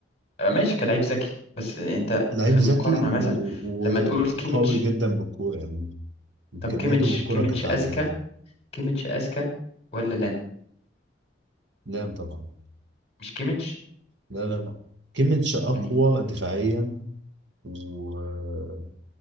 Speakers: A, on the left; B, on the right.
A: آه، ماشي كلاعب ذكي بس انت
B: لعيب
A: في
B: ذكي
A: المقارنه مثلا
B: و-
A: لما تقول كيميتش
B: وقوي جدا بالكوره يعني امكانياته
A: طب كيميتش
B: بالكوره
A: كيميتش
B: كانت
A: اذكى
B: عاليه
A: كيميتش اذكى ولا لام
B: لام طبعا
A: مش كيميتش
B: لا لا لا كيميتش اقوى
A: يعني.
B: دفاعيا وامكانيات